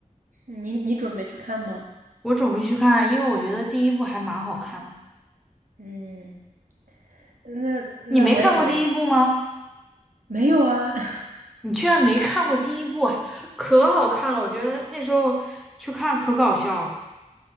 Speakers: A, on the right (about 85°); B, in the centre.
A: 你你准备去看吗？
B: 我准备去看，因为我觉得第一部还蛮好看。
A: 嗯，那那我也准备去。
B: 你没看过第一部吗？
A: 没有啊，<laughs>
B: 你居然没看过第一部啊可好看了！我觉得那时候去看可搞笑了。